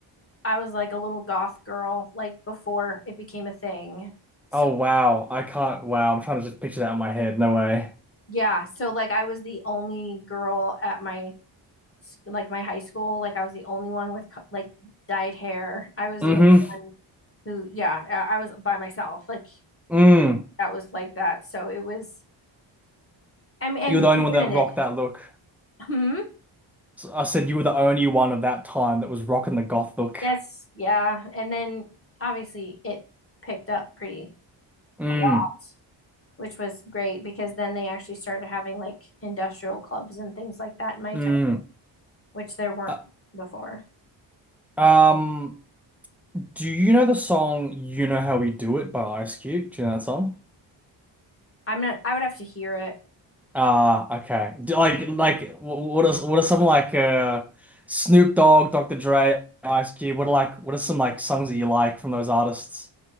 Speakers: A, on the left (about 30°); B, in the centre.
A: I was like a little goth girl like before it became a thing. So
B: Oh, wow. I can't. Wow, I'm trying to just picture that in my head. No way.
A: Yeah, so like I was the only girl at my s- like my high school. Like I was the only one with co- like dyed hair. I was
B: Mm-hmm.
A: the only one who, yeah, I I was by myself. Like
B: Mm.
A: that was like that. So it was. I mean, and,
B: You were the only
A: and
B: one
A: granted,
B: that rocked that look.
A: hmm,
B: S- I said you were the only one of that time that was rocking the goth look.
A: yes, yeah, and then obviously it picked up pretty
B: Mm.
A: a lot, which was great because then they actually started having like industrial clubs and things like that in my
B: Mm.
A: town, which there weren't
B: Uh,
A: before.
B: um. Do you know the song "You Know How We Do It" by Ice Cube? Do you know that song?
A: I'm not. I would have to hear it
B: Ah, okay. Do- like, like, wh- what is what are some like uh Snoop Dogg, Dr. Dre, Ice Cube? What are like what are some like songs that you like from those artists?